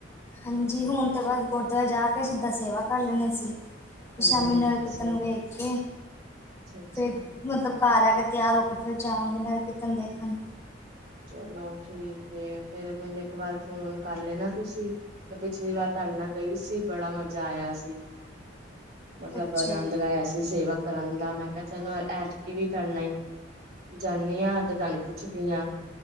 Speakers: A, on the left (about 15°); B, on the right (about 55°).
A: ਹਾਂਜੀ, ਹੁਣ ਤੇ ਬਸ ਗੁਰਦੁਆਰੇ ਜਾਕੇ ਸਿੱਧਾ ਸੇਵਾ ਕਰ ਲੈਂਦੇ ਸੀ।
B: ਹਾਂਜੀ
A: ਸ਼ਾਮੀ
B: ਹਾਂਜੀ
A: ਨਗਰ-ਕੀਰਤਨ
B: ਸਹੀ
A: ਨੂੰ ਵੇਖ
B: ਅੱਛਾ ਅੱਛਾ
A: ਫਿਰ, ਮਤਲਬ ਘਰ ਆਕੇ, ਤਿਆਰ ਹੋਕੇ ਫਿਰ ਜਾਵਾਂਗੇ ਨਗਰ-ਕੀਰਤਨ ਦੇਖਣ।
B: ਚਲੋ ਠੀਕ ਏ, ਫਿਰ ਮੈਨੂੰ ਇੱਕ ਵਾਰ ਫੋਨ ਕਰ ਲੈਣਾ ਤੁਸੀਂ। ''ਮੈਂ ਪਿਛਲੀ ਵਾਰ ਤੁਹਾਡੇ ਨਾਲ ਗਈ ਸੀ, ਬੜਾ ਮਜ਼ਾ ਆਇਆ ਸੀ। ਮਤਲਬ
A: ਅੱਛਾ
B: ਅਨੰਦ
A: ਜੀ,
B: ਗਾਇਆ ਸੀ, ਸੇਵਾ ਕਰਨ ਦਾ। ਮੈਂ ਕਿਹਾ ਚਲੋ ਐਤਕੀ ਵੀ ਕਰਨਾ ਜਾਂਨੀ ਆਂ, ਤੇ ਤੁਹਾਨੂੰ ਪੁੱਛਦੀ ਹਾਂ।